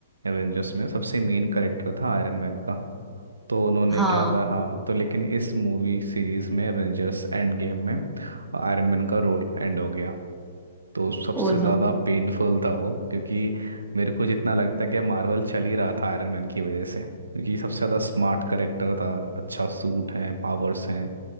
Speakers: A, on the right; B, in the centre.
A: एवेंजर्स में सबसे मेन करेक्टर था आयरन मैन का तो उन्होंने
B: हाँ
A: क्या कहा हाँ तो लेकिन इस मूवी सीरीज में एवेंजर्स एंड गेम में आयरन मैन का रोल एंड हो गया तो सबसे
B: Oh
A: ज़्यादा
B: no
A: पेनफुल था वो क्योंकि मेरे को जितना लगता है कि मार्वल चल ही रहा था आयरन मैन की वजह से क्योंकि सबसे ज़्यादा स्मार्ट करेक्टर था अच्छा सूट है पावर्स हैं